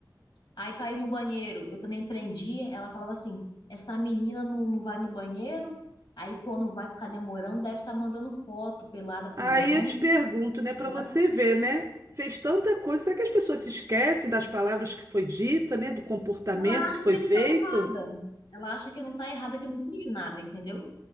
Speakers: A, on the left; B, on the right.
A: Aí pra ir no banheiro, eu também prendia. Ela falava assim: essa menina não, não vai no banheiro, aí quando vai ficar demorando, deve estar mandando foto pelada
B: Aí
A: pros homens.
B: eu te pergunto, né, pra
A: Era
B: você
A: assim.
B: ver, né? Fez tanta coisa, será que as pessoas se esquecem das palavras que foi dita, né, do comportamento
A: Ela acha
B: que foi
A: que
B: feito?
A: não tá errada. Ela acha que não tá errada, que não fez nada, entendeu?